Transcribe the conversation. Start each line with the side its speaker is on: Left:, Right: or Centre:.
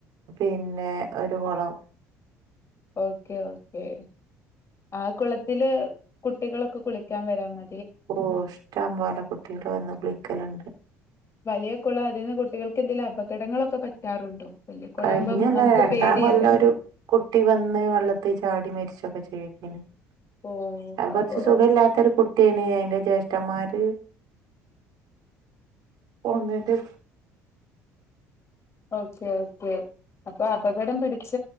Right: പിന്നെ ഒരു കുളം
Left: ഓക്കെ ഓക്കെ ആ കുളത്തില് കുട്ടികളൊക്കെ കുളിക്കാൻ വരാൻ മ
Right: ഓ ഇഷ്ടം പോലെ കുട്ടിക്കളുവന്ന് കുളിക്കലുണ്ട്
Left: വലിയകുളം അതിന്ന് കുട്ടികൾക്ക് എന്തേലും അപകടങ്ങളൊക്കെ പറ്റാറുണ്ടോ വലിയ കുളാകുമ്പോ
Right: കഴിഞ്ഞല്ല
Left: നമുക്ക്
Right: രണ്ടാം
Left: പേടിയല്ലേ
Right: കൊല്ലം ഒരു കുട്ടി വന്ന് വെള്ളത്തി ചാടി മരിച്ചൊക്കെ ചെയ്തു <unintelligible>
Left: ഓ
Right: അതുകുറച്ച്
Left: അപ്പൊ
Right: സുഖവിലാത്തൊരു കുട്ടി <inaudible> ആയിൻ്റെ ജ്യേഷ്ഠന്മാര് പോന്നിട്ട്
Left: ഓക്കെ ഓക്കെ അപ്പൊ അപകടം പിടി ച്ച